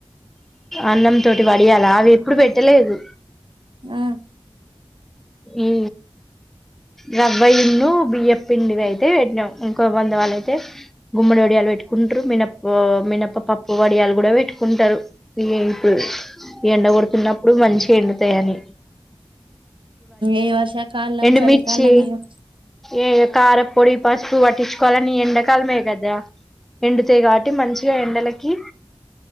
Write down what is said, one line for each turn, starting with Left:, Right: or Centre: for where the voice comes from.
Centre: అన్నం తోటి పడియాలా అవి ఎప్పుడు పెట్టలేదు
Right: ఆ
Centre: ఈ రబయిన్ను బియ్య పిండివి అయితే పెట్ ఇంకో వంద వాళ్ళు అయితే గుమ్మడి వడియాలు పెట్టుకుంటారు మినప్ప మినప్ప పప్పు వడియాలు కూడా పెట్టుకుంటారు ఈ ఇప్పుడు ఎండ కొడుతున్నప్పుడు మంచి ఎండుతాయి అని
Right: ఏ వర్ష కల్ళం
Centre: ఎండుమిర్చి
Right: చాల కళ్ళం మీరు
Centre: ఏ కారపొడి పసుపు పట్టించుకోవాలని ఎండాకాలమే కదా ఎంతే కాబట్టి మంచిగా ఎండలకి